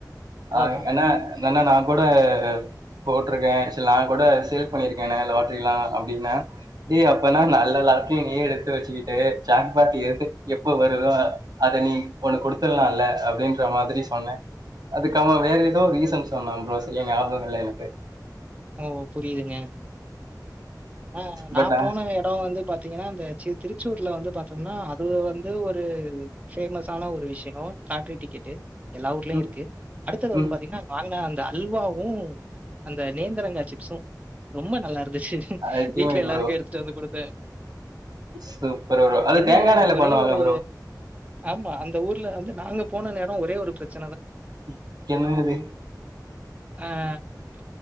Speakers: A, on the right; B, on the right.
A: ஓ!
B: ஆஹ்
A: ஓ!
B: என்ன என்னனா நா குட போட்ருக்கே நா குட சேல் பண்ணிருக்கேனே லாட்ரிலா அப்டின்னா டேய் அப்பனா நல்ல லாட்ரிய நீயே எடுத்து வச்சுகிட்டு ஜாக்பாட் எது எப்ப வருதோ அத நீ ஒனக்குடுத்தர்லால அப்டின்ற மாரி சொன்னே அதுக்கு அவே வேற எதோ ரீசன் சொன்னா ப்ரோ சரியா ஞாபகோ இல்ல எனக்கு
A: ஓ புரிதுங்க ஆஹ் நா
B: பட்
A: போன எடோ வந்து பாத்தீங்கன்னா இந்த சீ திருச்சூர்ல வந்து பாத்தோம்னா அது வந்து ஒரு பேஃமஸ் ஆன ஒரு விஷ்யோ லாட்ரி டிக்கெட்டு எல்லா ஊர்லயு
B: ம்
A: இருக்கு அடுத்தது வந்து
B: ம்
A: பாத்தீங்கன்னா வாங்குன அந்த அல்வாவு அந்த நேந்தரங்கா சிப்ஸு ரொம்ப நல்லா இருந்துச்சு
B: அல்டிமேட்
A: வீட்ல எல்லாருக்கூ
B: ப்ரோ
A: எடுத்துட்டு வந்து குடுத்தே
B: சூப்பர் ப்ரோ அது
A: என்ன
B: தேங்கா எண்ணெய்ல
A: ஒரே
B: பண்ணுவாங்க
A: ஒரு
B: ப்ரோ
A: ஆமா அந்த ஊர்ல வந்து நாங்க போன நேரோ ஒரே ஒரு பிரச்
B: இ என்னது
A: ஆஹ்